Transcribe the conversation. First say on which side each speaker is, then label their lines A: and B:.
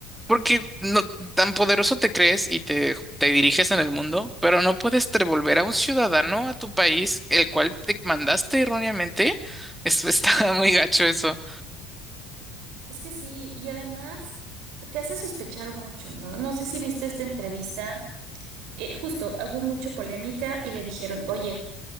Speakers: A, in the centre; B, on the right.
A: porque no, tan poderoso te crees y te, te diriges en el mundo, pero no puedes devolver a un ciudadano a tu país, el cual te mandaste erróneamente. Eso está <laughs> muy gacho eso.
B: Es que sí, y además te hace sospechar mucho, ¿no? No sé si viste esta entrevista, eh, justo hubo mucha polémica y le dijeron, oye,